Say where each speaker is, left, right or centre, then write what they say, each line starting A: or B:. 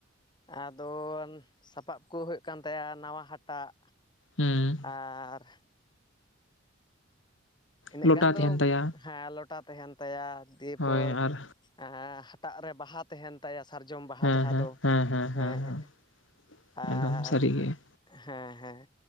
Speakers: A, on the left; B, on the left.
A: ᱟᱫᱚ ᱥᱟᱯᱟᱵ ᱠᱚ ᱦᱩᱭᱩᱜ ᱠᱟᱱ ᱛᱟᱭᱟ ᱱᱟᱣᱟ ᱦᱟᱴ ᱴᱟᱜ
B: ᱦᱩᱸ
A: ᱟᱨ ᱤᱱᱟᱹᱜ
B: ᱞᱚᱴᱟ
A: ᱜᱟᱱ
B: ᱛᱟᱦᱮᱱ
A: ᱫᱚ
B: ᱛᱟᱭᱟ
A: ᱦᱮᱸ ᱞᱚᱴᱟ ᱛᱟᱦᱮᱱ ᱛᱟᱭᱟ ᱫᱤᱭᱮ
B: ᱦᱳᱭ
A: ᱯᱚᱨ
B: ᱟᱨ
A: ᱟᱻ ᱦᱟᱴᱟᱜ ᱨᱮ ᱵᱟᱦᱟ ᱛᱟᱦᱮᱱ ᱛᱟᱭᱟ ᱥᱟᱨᱡᱚᱢ ᱵᱟᱦᱟ
B: ᱦᱮᱸ
A: ᱡᱟᱦᱟᱸ
B: ᱦᱮᱸ
A: ᱫᱚ
B: ᱦᱮᱸ ᱦᱮᱸ ᱦᱮᱸ
A: ᱮᱸ ᱟᱨ
B: ᱮᱠᱫᱚᱢ ᱥᱟᱹᱨᱤᱜᱮ
A: ᱦᱮᱸ ᱦᱮᱸ